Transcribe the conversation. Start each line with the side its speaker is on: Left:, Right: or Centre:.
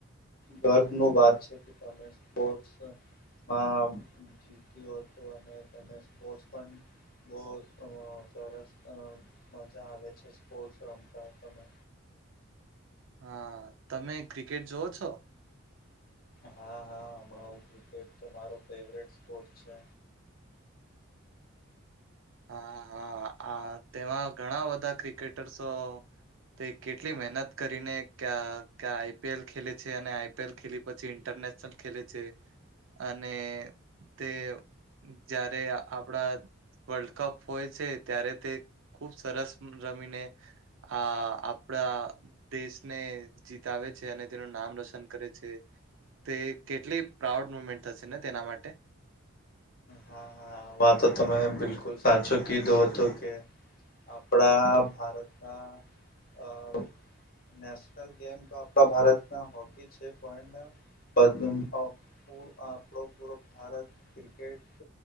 Left: ગર્વ નું વાત છે કે તમે સ્પોર્ટ્સ માં જીત્યું હતું અને તમેં સ્પોર્ટ પણ બહુજ અ સરસ મજા આવે છે સ્પોર્ટ્સ રમતા તમે
Right: હા, તમે ક્રિકેટ જોવ છો?
Left: હા-હા, હમણાં હું ક્રિકેટ તો મારો ફેવરેટ સ્પોર્ટ છે.
Right: હા-હા, આ તેમાં ઘણા બધા ક્રિકેટર્સો તે કેટલી મહેનત કરીને ક્યા, ક્યા આઈ. પી. એલ ખેલે છે અને આઈ. પી. એલ ખેલી પછી ઇન્ટરનેશનલ ખેલે છે અને તે જ્યારે આપડા વર્લ્ડકપ હોય છે, ત્યારે તે ખુબ સરસ રમીને આ.. આપડા દેશને જીતાવે છે અને તેનું નામ રોશન કરે છે. તે કેટલી પ્રાઉડ મુમેન્ટ થશે ને તેના માટે
Left: હા-હા, વા તો તમે બિલકુલ સાચો કીધો હતો કે આપડા ભારતના અ નેસ નેશનલ ગેમ તો આપણાં ભારત માં હોકી છે, પણ <unintelligible> આપડો પૂરો ભારત ક્રિકેટ